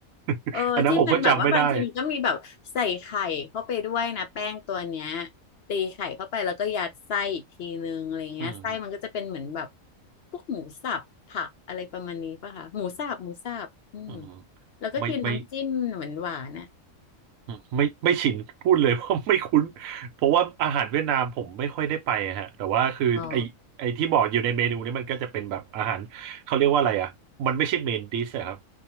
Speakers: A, on the right; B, on the left.
A: <laughs>
B: เออที่มันแบบว่าบางทีมันก็มีแบบใส่ไข่เข้าไปด้วยนะแป้งตัวเนี้ย
A: อันนั้นผมก็จำไม่ได้
B: ตีไข่เข้าไปแล้วก็ยัดไส้อีกทีนึงอะไรเงี้ยไส้มันก็จะเป็นเหมือนแบบ
A: อืม
B: พวกหมูสับผักอะไรประมาณนี้ป่ะคะหมูสับหมูสับอืม
A: อืม
B: แล้วก็กินน้ำจิ้มเหมือนหวานๆน่ะ
A: ไม่ไม่อืมไม่ไม่ชินพูดเลย <laughs> ว่าไม่คุ้นเพราะว่าอาหารเวียดนามผมไม่ค่อยได้ไปอะฮะแต่ว่าคือไอไอที่บอกอยู่ในเมนูนี่มันก็จะเป็นแบบอาหารเขาเรียกว่าอะไรอ่ะมันไม่ใช่เมนดิสอะครับ
B: อ๋อ